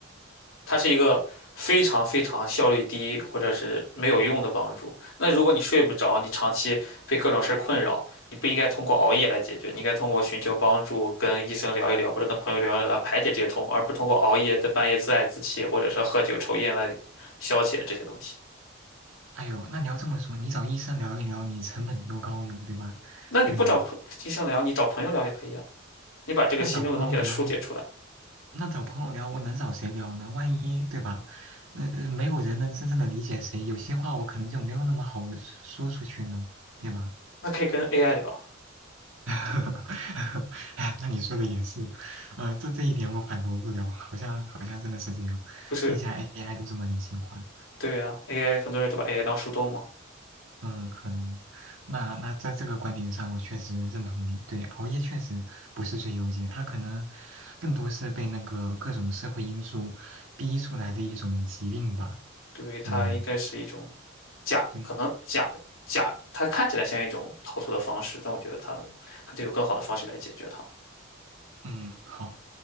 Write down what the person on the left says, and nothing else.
它是一个非常非常效率低或者是没有用的帮助。那如果你睡不着，你长期被各种事儿困扰，你不应该通过熬夜来解决，你应该通过寻求帮助，跟医生聊一聊，或者跟朋友聊一聊来排解这些痛苦，而不是通过熬夜在半夜自爱自弃，或者是喝酒抽烟来消解这些东西。
那你不找医生聊，
你找朋友聊也可以啊。你把这个心中的东西来疏解出来，
那可以跟 AI 聊，
不是？
对呀，AI 很多人都把 AI 当树洞嘛。
对，它应该是一种
假，
可能假假，它看起来像一种逃脱的方式，但我觉得它肯定有更好的方式来解决它。